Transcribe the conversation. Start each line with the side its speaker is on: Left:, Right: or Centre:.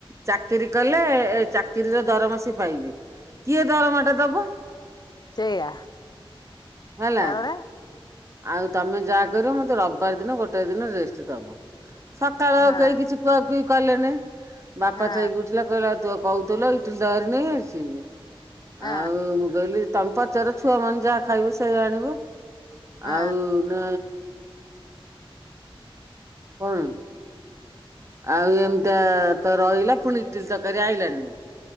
Right: ଚାକିରି କଲେ ଏ ଚାକିରିର ଦରମାସି ପାଇବେ। କିଏ ଦରମାଟା ଦବ?
Left: ସେଇଆ
Right: ହେଲା।
Left: ତାପରେ
Right: ଆଉ ତମେ ଯାହା କରିବ ମତେ ରବିବାର ଦିନ ଗୋଟାଏ ଦିନ ରେଷ୍ଟ ଦେବ। ସକାଳ
Left: ହଁ
Right: ଆଉ କେହି କିଛି କୁଆକୁଇ କଲେନି ବାପା
Left: ହଁ
Right: ଥାଇ <inaudible> <unintelligible> ତୁ କହୁଥିଲ ଇଠିଲି ତରକାରୀ ନେଇ ଆସିବି।
Left: ହଁ
Right: ଆଉ ମୁଁ କହିଲି <inaudible> <inaudible> ଛୁଆାମାନେ ଯାହା ଖାଇବେ ସେଇଆ ଆଣିବ।
Left: ହଁ
Right: ଆଉ ନ କଣ? ଆଉ ଏମିତିଆ ତ ରହିଲା ପୁଣିି ଇଟିଲି ତରକାରୀ ଆଇଲାନି?